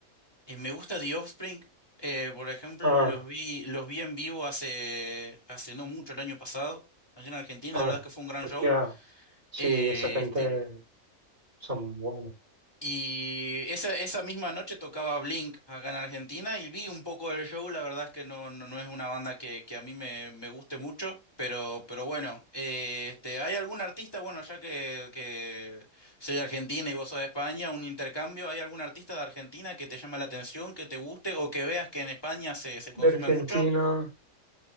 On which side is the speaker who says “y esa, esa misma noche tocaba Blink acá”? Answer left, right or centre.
Left